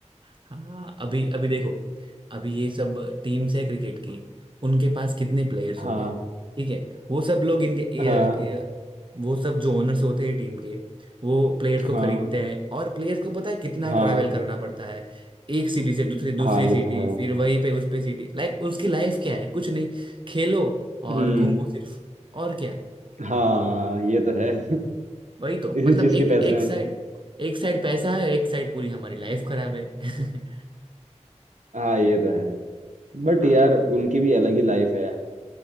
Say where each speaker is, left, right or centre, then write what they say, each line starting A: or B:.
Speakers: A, on the right; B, on the right.
A: हाँ अभी अभी देखो अभी ये सब टीम्स है क्रिकेट की उनके पास कितने प्लेयर्स हो
B: हाँ
A: गए ठीक है वो सब लोग इनके ये,
B: हाँ
A: ये, वो सब जो ओनर्स होते हैं टीम के वो प्लेयर्स को
B: हाँ
A: खरीदते हैं और प्लेयर्स को पता है कितना
B: हाँ
A: ट्रैवल करना पड़ता है एक सिटी से दूसरी दूसरी
B: हाँ ये
A: सिटी
B: तो है
A: फिर वहीं पे उस पे सिटी लाइक उसकी लाइफ क्या है कुछ नहीं खेलो और
B: हम्म
A: घूमो सिर्फ और क्या
B: हाँ ये तो है <laughs>
A: वही तो
B: इसी
A: मतलब
B: चीज
A: एक
B: के पैसे
A: एक
B: हैं
A: साइड एक साइड पैसा है एक साइड पूरी हमारी लाइफ खराब है <laughs>
B: हाँ ये तो है बट
A: हाँ
B: यार उनकी भी अलग ही लाइफ है